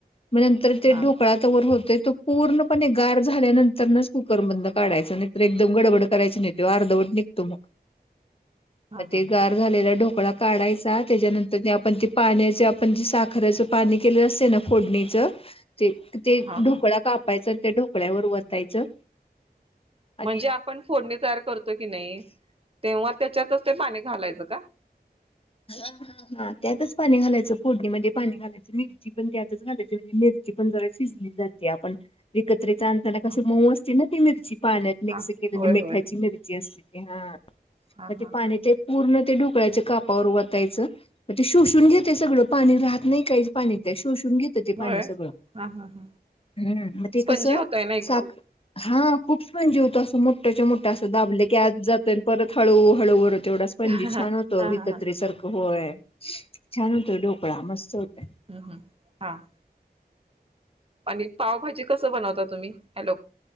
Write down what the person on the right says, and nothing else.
हा
हा
<inaudible>
हा
हा
हा
म्हणजे आपण फोडणी तयार करतो की नाही तेव्हा त्याच्यात. ते पाणी घालायचं का.
ह
हा
होय
होय
हा
हा
होय
हा हा हा
स्पंजी
होतय ना एकदम
हा
हा
हा
हम्म हम्म हा! आणि पावभाजी कसं बनवता तुम्ही? हॅलो!